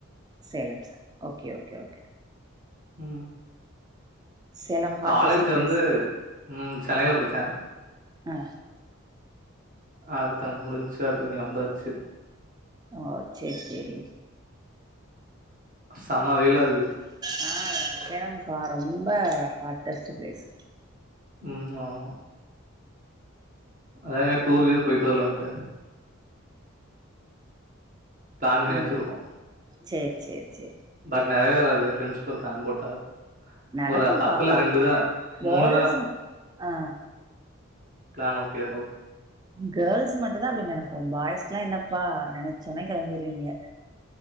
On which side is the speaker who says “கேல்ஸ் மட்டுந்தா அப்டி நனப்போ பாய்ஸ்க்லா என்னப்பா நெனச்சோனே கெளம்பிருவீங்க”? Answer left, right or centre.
Right